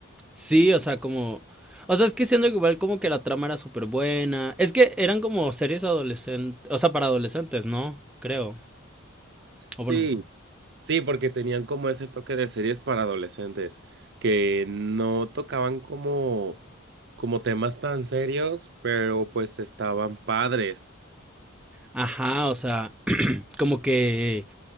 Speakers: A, in the centre; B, on the right (about 55°).
A: Sí, o sea, como. O sea, es que siendo que igual como que la trama era súper buena. Es que eran como series adolescentes. O sea, para adolescentes, ¿no? Creo.
B: Sí,
A: O bueno.
B: Sí, porque tenían como ese toque de series para adolescentes, que no tocaban como, como temas tan serios, pero pues estaban padres.
A: Ajá, o sea, <clears throat> como que